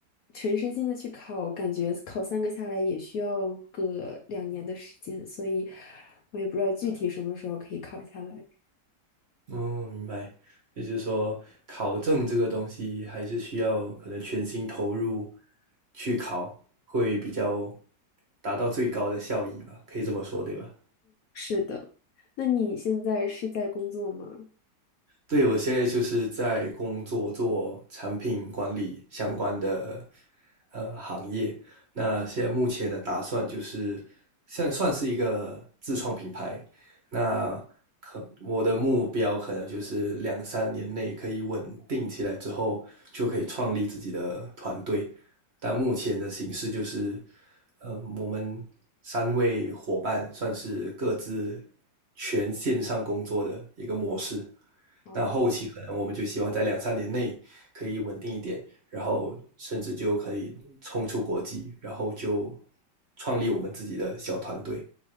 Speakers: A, on the left; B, on the right.
A: 全身心的去考，感觉考三个下来也需要个两年的时间，所以我也不知道具体什么时候可以考下来。
B: 哦，明白。也就是说，考证这个东西还是需要可能全心投入去考，会比较达到最高的效益吧？可以这么说，对吧？
A: 是的，那你现在是在工作吗？
B: 对，我现在就是在工作做产品管理相关的呃行业。那现在目前的打算就是，现在算是一个自创品牌。那可我的目标可能就是两三年内可以稳定起来之后，就可以创立自己的团队。但目前的形式就是，呃，我们三位伙伴算是各自全线上工作的一个模式。
A: 哦，
B: 那后期可能我们就希望在两三年内可以稳定一点，然后甚至就可以冲出国际，然后就创立我们自己的小团队。